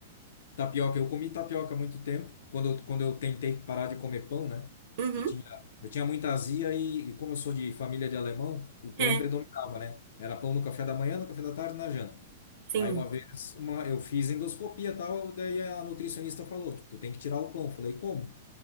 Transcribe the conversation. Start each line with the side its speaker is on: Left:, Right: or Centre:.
Left: Tapioca, eu comi tapioca há muito tempo, quando eu, quando eu tentei parar de comer pão, né?
Right: Uhum.
Left: Eu tinha, eu tinha muita azia e, e como eu sou de família de alemão, o pão
Right: É.
Left: predominava, né? Era pão no café da manhã, no café da tarde, e na janta.
Right: Sim,
Left: Aí uma vez uma, eu fiz endoscopia e tal, daí a nutricionista falou, tipo, tu tem que tirar o pão. Eu falei, como?